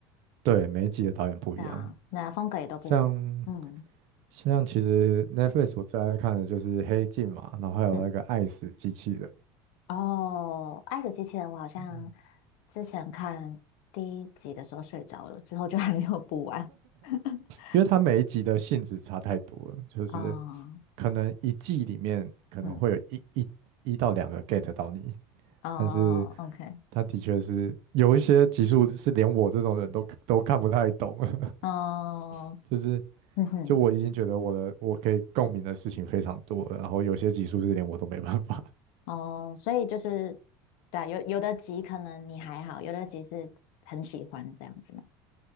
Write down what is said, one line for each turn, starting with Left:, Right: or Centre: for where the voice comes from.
Right: 对，每一集的导演不一样，
Left: 对啊，那风格也都不一样。
Right: 像
Left: 嗯
Right: 像其实 Netflix 我最爱看的就是黑镜嘛，然后还有那个爱死机器人，
Left: 嗯，哦，《爱死机器人》我好像
Right: 嗯
Left: 之前看第一集的时候睡着了，之后就还没有补完。<laughs>
Right: 因为它每一集的性质差太多了，就是
Left: 哦，
Right: 可能一季里面可能会有一一一到两个
Left: 嗯，
Right: get 到你，
Left: 哦，OK，
Right: 但是它的确是有一些集数是连我这种人都都看不太懂，<laughs>
Left: 哦，
Right: 就是
Left: 嗯哼。
Right: 就我已经觉得我的我可以共鸣的事情非常多了，然后有些集数是连我都没办法。
Left: 哦，所以就是，对啊，有有的集可能你还好，有的集是很喜欢这样子嘛